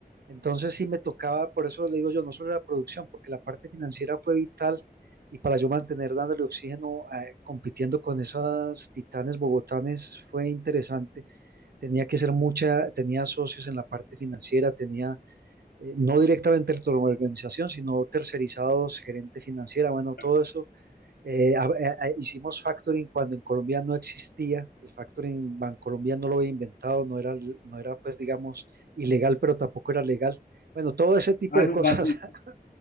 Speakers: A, on the right; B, on the left.
A: Entonces sí me tocaba, por eso le digo yo, no solo la producción, porque la parte financiera fue vital y para yo mantener dándole oxígeno, eh, compitiendo con esas titanes bogotanes fue interesante. Tenía que ser mucha, tenía socios en la parte financiera, tenía eh, no directamente la organización, sino tercerizados, gerente financiera, bueno,
B: Claro.
A: todo eso eh, a- a- a- hicimos factoring cuando en Colombia no existía, el factoring Bancolombia no lo había inventado, no era, no era pues digamos ilegal, pero tampoco era legal. Bueno, todo ese tipo
B: Ah,
A: de
B: en un
A: cosas.
B: vacío.
A: <laughs>